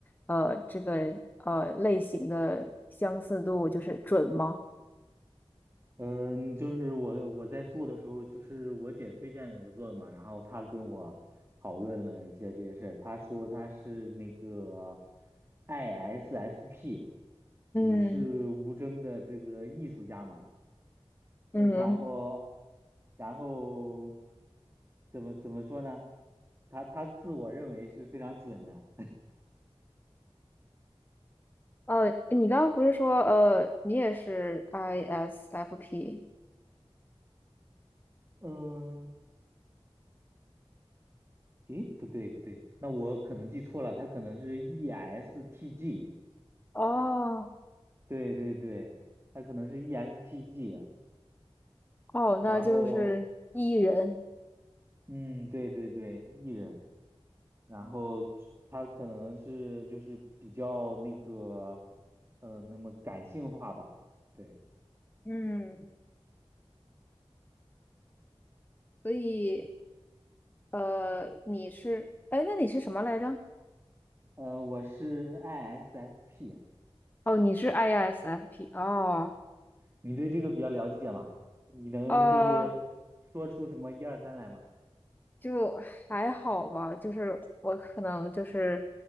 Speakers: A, on the left; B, on the right.
A: 呃这个呃类型的相似度就是准吗？
B: 嗯，就是我我在做的时候，就是我姐推荐给我做的嘛，然后她跟我讨论了一些这些事儿，她说她是那个 ISFP
A: 嗯
B: 与世无争的这个艺术家嘛，
A: 嗯，
B: 呃然后，然后怎么怎么说呢？他他自我认为是非常准的。
A: 哦，你刚刚不是说呃，你也是 ISFP
B: 嗯，诶，不对不对，那我可能记错了，他可能是 ESTG，
A: 哦
B: 对对对，他可能是 ESTG，
A: 哦，
B: 然后
A: 那就是 E 人，
B: 嗯，对对对艺人，然后他可能是就是比较那个，呃，那么感性化吧，对，
A: 嗯，所以呃，你是哎，那你是什么来着？
B: 呃，我是 ISFP。
A: 哦，你是 ISFP 哦，
B: 你对这个比较了解吗？你能就是说出什么一二三来吗？
A: 呃，就还好吧，就是我可能就是